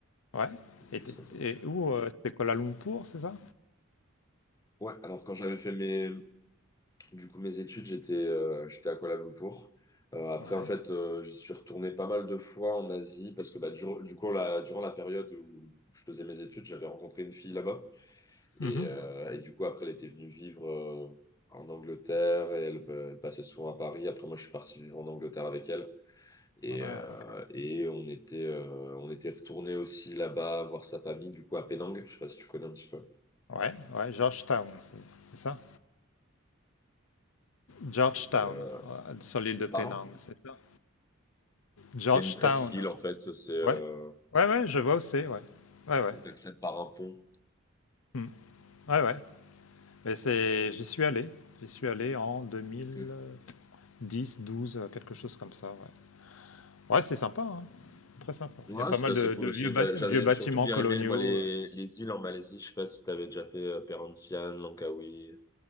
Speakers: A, on the left (about 80°); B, on the left (about 15°).
A: Ouais
B: des
A: et
B: choses
A: tu
B: comme ça.
A: es où, heu, c'était Kuala Lumpur, c'est ça?
B: Ouais. Alors quand j'avais fait mes Du coup, mes études, j'étais euh, j'étais à Kuala Lumpur. Euh, après,
A: Ouais.
B: en fait, euh, j'y suis retourné pas mal de fois en Asie parce que bah, dur- du coup, la, durant la période où je faisais mes études, j'avais rencontré une fille là-bas. Et,
A: Mmh
B: euh, et du coup, après, elle était venue vivre euh, en Angleterre et elle, euh, elle passait souvent à Paris. Après, moi, je suis parti vivre en Angleterre avec elle. Et,
A: Ouais,
B: euh,
A: OK.
B: et on était, euh, on était retourné aussi là-bas voir sa famille, du coup, à Penang. Je sais pas si tu connais un petit peu.
A: Ouais, ouais, Georgetown, c'est c'est ça? Georgetown,
B: Et, euh,
A: heu, sur l'île de Penang,
B: pardon?
A: c'est ça? Georgetown,
B: C'est une presqu'île, en fait. C'est euh,
A: ouais. Ouais, ouais, je vois où c'est, ouais. Ouais, ouais.
B: où tu accèdes par un pont.
A: Mmh. Ouais, ouais. Mais c'est j'y suis allé. J'y suis allé en deux mille.
B: Ok.
A: euh, 10 12 euh, quelque chose comme ça. Ouais, ouais c'est sympa, hein, très sympa.
B: Ouais,
A: Il y a pas
B: c'était
A: mal
B: assez
A: de,
B: cool
A: de vieux,
B: aussi.
A: bat-
B: J'a- J'avais
A: vieux bâtiments
B: surtout bien
A: coloniaux.
B: aimé, moi, les,
A: euh.
B: les îles en Malaisie. Je sais pas si t'avais déjà fait euh, Perhentian, Langkawi.